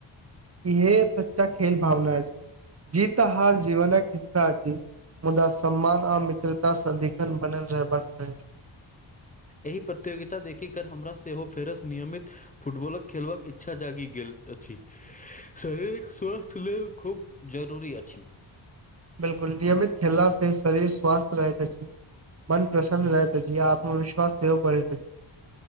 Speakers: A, on the right; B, on the left.
A: इहे सच्चा खेेल भावना अधि। जीत हर जीवन हिस्सा अछि। मुदा सम्मान आ मित्रता सँदिखन बनल रहबाक चाही।
B: एहि प्रतियोगिता देखि कर हमरा सेहो फेरस नियमित। फुटबलक खेलबाक इच्छा जगि गेल अछि। शरीर स्वासस्थ लेल खूब जरूरी अछि।
A: बिलकुल नियमित खेलला से शरीर स्वस्थ रहत अति। मन प्रसन्न रहैत अछि। आत्मविश्वास सेहो बढ़ैत अछि।